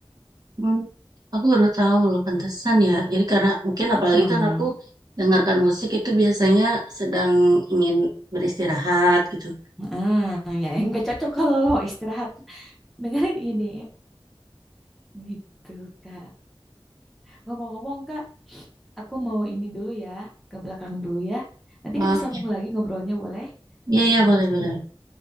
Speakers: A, on the right; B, in the centre.
A: Hmm. Aku baru tahu loh pantesan ya. Jadi karena mungkin
B: Heeh.
A: apalagi kan aku dengarkan musik itu biasanya sedang ingin beristirahat gitu.
B: Hmm, ya <laughs> nggak cocok kalau mau istirahat. Dengerin ini gitu, Kak. Ngomong-ngomong, Kak, aku mau ini dulu ya, ke belakang dulu ya. Nanti
A: Oh,
B: kita
A: oke.
B: sambung lagi ngobrolnya boleh?
A: iya
B: Mm-mm.
A: iya boleh boleh.